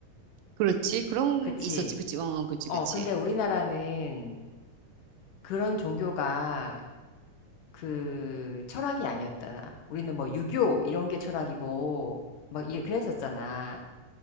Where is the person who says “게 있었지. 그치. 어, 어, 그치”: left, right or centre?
Right